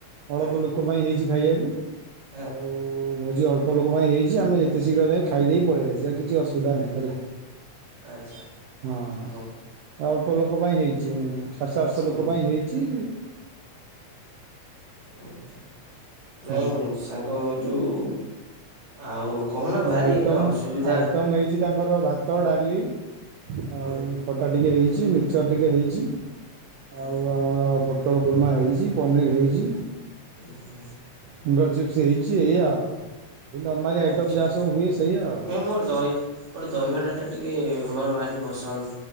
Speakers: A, on the right; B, on the right.
A: ଅଳପ
B: ହଁ
A: ଲୋକ ଲୋକପାଇଁ ହେଇଚି ଖାଇବାକୁ।
B: ହଁ
A: ଆଉ ଭୋ ଭୋଜି ଅଳ୍ପ ଲୋକ ପାଇଁ ହେଇଚି। ଆମେ ଯେତେ ଶୀଘ୍ର ଯାଇ ଖାଇଦେଇ ପଳେଇ ଆସିବା କିଛି ଅସୁବିଧା ନାହିଁ ହେଲା।
B: ଆଚ୍ଛା
A: ହଁ
B: ହଉ।
A: ଅଳ୍ପ ଲୋକ ପାଇଁ ହେଇଚି। ସାତଶହ ଆଠଶହ
B: ହୁଁ
A: ଲୋକ ପାଇଁ ହେଇଚି।
B: ଆଛା ନାଇଁ
A: ହଁ
B: ସାଙ୍ଗ ଯୋଉ ଆଉ କହନା ଭାରି
A: ଆଇଟମ୍
B: ଏଇନା ଅସୁବିଧା।
A: ଆଇଟମ୍ ହେଇଛି ତାଙ୍କର ଭାତ ଡାଲି ଆଉ
B: ହୁଁ
A: ଖଟା ଟିକିଏ ହେଇଚି ମିକ୍ଚର୍ ଟିକିଏ ହେଇଚି।
B: ହୁଁ
A: ଆଉଆ ଆମର ପୋଟଳ କୁର୍ମା ହେଇଚି ପନିର୍ ହେଇଚି।
B: ଉଁ ହୁଁ
A: ଫିଙ୍ଗର୍ ଚିପ୍ସ ହେଇଚି ଏଇଆ ଆଉ। ଏ ନର୍ମାଲି ଆଇଟମ୍
B: ଆଚ୍ଛା
A: ଯାହା ସବୁ ହୁଏ ସେଇଆ ଆଉ।
B: ନାଇଁ ମୋର ଦହି। ମୋର ଦହିବରାଟା ଟିକିଏ ମୋର ଭାରି ପସନ୍ଦ।